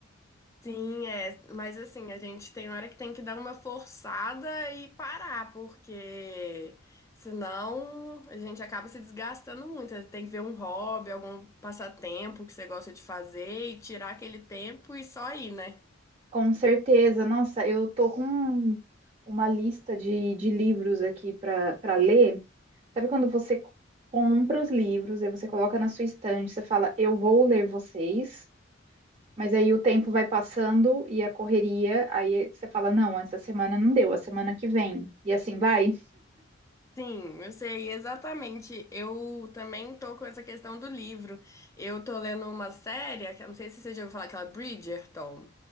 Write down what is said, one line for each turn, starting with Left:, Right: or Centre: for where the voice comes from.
Left: Sim, é. Mas assim, a gente tem hora que tem que dar uma forçada e parar, porque senão a gente acaba se desgastando muito. Tem que ver um hobby, algum passatempo que você gosta de fazer e tirar aquele tempo e só ir, né?
Right: Com certeza, nossa, eu tô com uma lista de, de livros aqui para para ler. Sabe quando você compra os livros, aí você coloca na sua estante, você fala, eu vou ler vocês. Mas aí o tempo vai passando e a correria, aí você fala, não, essa semana não deu, a semana que vem. E assim vai.
Left: Sim, eu sei, exatamente. Eu também tô com essa questão do livro. Eu tô lendo uma série, que eu não sei se você já ouviu falar, aquela Bridgerton.